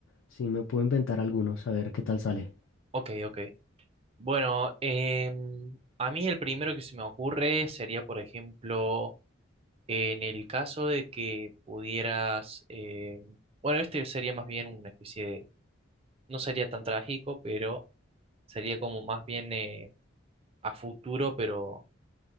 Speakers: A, on the left; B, on the right.
A: sí me puedo inventar algunos, a ver qué tal sale.
B: Ok, ok. Bueno, em, a mí el primero que se me ocurre sería, por ejemplo, en el caso de que pudieras, em, bueno, este sería más bien una especie de, no sería tan trágico, pero sería como más bien eh, a futuro, pero,